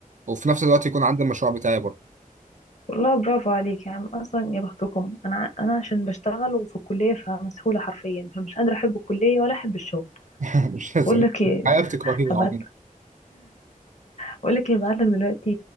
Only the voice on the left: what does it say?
والله برافو عليك يا عم اصلا يا بختكم انا ع- انا عشان بشتغل وفي الكليه فمسحوله حرفيا فمش قادره احب الكليه ولا احب الشغل
بقول لك ايه
هبعت
بقول لك ايه هبعت لك دلوقتي